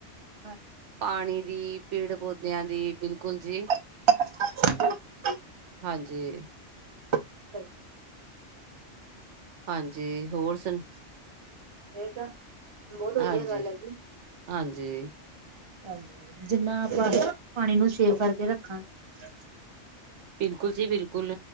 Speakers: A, on the right; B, on the right.
A: ਹਾਂ
B: ਪਾਣੀ ਦੀ ਪੀੜ ਪੌਦਿਆਂ ਦੀ ਬਿਲਕੁਲ ਜੀ
A: <unintelligible>
B: ਹਾਂਜੀ।
A: <unintelligible>
B: ਹਾਂਜੀ ਹੋਰ ਸੁਣ
A: ਇਹ ਤਾਂ ਬਹੁਤ ਵਧੀਆ
B: ਹਾਂਜੀ
A: ਗੱਲ ਹੈ ਜੀ।
B: ਹਾਂਜੀ
A: ਹਾਂਜੀ ਜਿੰਨਾ ਆਪਾਂ ਪਾਣੀ ਨੂੰ ਸੇਵ ਕਰਕੇ ਰੱਖਾਂ ਗੇ।
B: ਬਿਲਕੁਲ ਜੀ ਬਿਲਕੁਲ